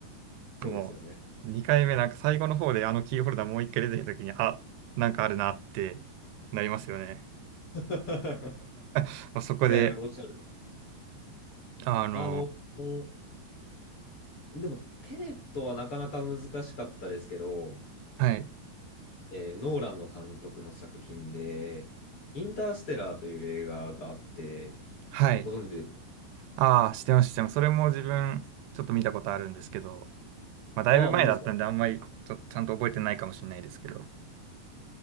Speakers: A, on the left (about 50°); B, on the right (about 85°).
A: そうですよね。
B: もう2回目なんか最後の方であのキーホルダーもう1回出てきた時に、あ、なんかあるなってなりますよね。
A: <laughs>
B: <laughs> そこで、
A: いやいや、おっしゃると。
B: あの、
A: あの、おでも、テネットはなかなか難しかったですけど、
B: はい
A: えーノーランの監督の作品で、インターステラーという映画があって、
B: はい。
A: ご存知ですか
B: ああ、知ってます、知ってます。それも自分、ちょっと見たことあるんですけど、まあ、だいぶ前だったんで、
A: ああ、本当ですか。
B: あんまりちょ、ちゃんと覚えてないかもしれないですけど、